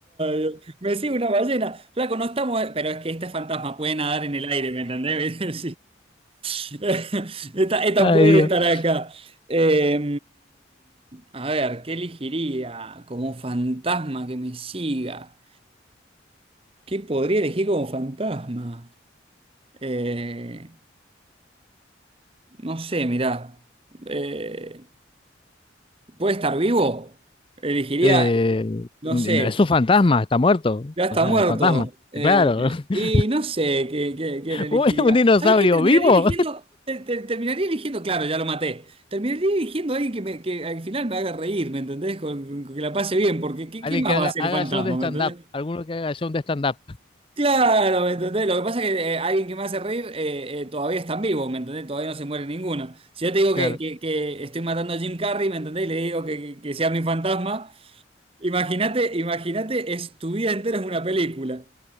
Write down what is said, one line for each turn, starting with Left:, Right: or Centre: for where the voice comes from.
Right: Dios. me sigue una ballena. Flaco, no estamos. Pero es que este fantasma puede nadar en el aire, ¿me entendés? <laughs> Sí. Esta, esta
Left: Ay,
Right: puede
Left: Dios.
Right: estar acá. Eh, a ver, ¿qué elegiría como fantasma que me siga? ¿Qué podría elegir como fantasma? Eh, no sé, mirá. Eh, ¿puede estar vivo? Elegiría,
Left: Eh,
Right: no
Left: no,
Right: sé.
Left: es un fantasma, está muerto.
Right: Ya está
Left: O sea,
Right: muerto.
Left: fantasma.
Right: Eh,
Left: Claro. <laughs>
Right: y no sé qué, qué- quién elegiría.
Left: ¿Un, un dinosaurio
Right: ¿Sabés qué? Terminaría
Left: vivo?
Right: eligiendo.
Left: <laughs>
Right: te- te- terminaría eligiendo. Claro, ya lo maté. Terminaría eligiendo a alguien que, me- que al final me haga reír, ¿me entendés? Con, con que la pase bien, porque ¿qué,
Left: Alguien
Right: qué más
Left: que haga,
Right: va a hacer
Left: haga
Right: el fantasma,
Left: show de
Right: ¿me
Left: stand-up.
Right: entendés?
Left: Alguno que haga show de stand-up.
Right: Claro, ¿me entendés? Lo que pasa es que eh, alguien que me hace reír eh, eh, todavía está en vivo, ¿me entendés? Todavía no se muere ninguno. Si yo te digo
Left: Claro.
Right: que, que- que estoy matando a Jim Carrey, ¿me entendés? Y le digo que, que que sea mi fantasma. Imagínate, imagínate, es tu vida entera es una película.